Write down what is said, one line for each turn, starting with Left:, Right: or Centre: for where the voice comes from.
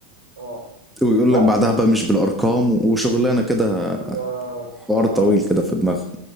Right: اه
Centre: ويقول
Right: لعبت
Centre: لك بعدها
Right: النص
Centre: بقى مش بالأرقام وشغلانة كده
Right: بالظبط
Centre: حوار
Right: اه
Centre: طويل كده في دماغهم